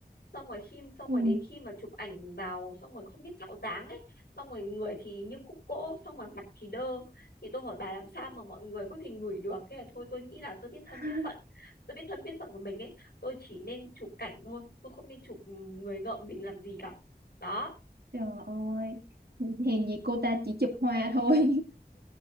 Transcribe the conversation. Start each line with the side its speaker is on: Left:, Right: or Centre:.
Left: xong rồi khi xong
Right: ừ.
Left: rồi đến khi mà chụp ảnh vào xong rồi không biết tạo dáng ấy xong rồi người thì như khúc gỗ xong rồi mặt thì đơ thì tôi hỏi bà làm sao mà mọi người có thể ngửi được thế là thôi tôi nghĩ là tôi biết thân
Right: <laughs>
Left: biết phận tôi biết thân biết phận của mình ấy tôi chỉ nên chụp cảnh thôi tôi không nên chụp người ngợm mình làm gì cả đó
Right: trời ơi hèn gì cô ta chỉ chụp hoa thôi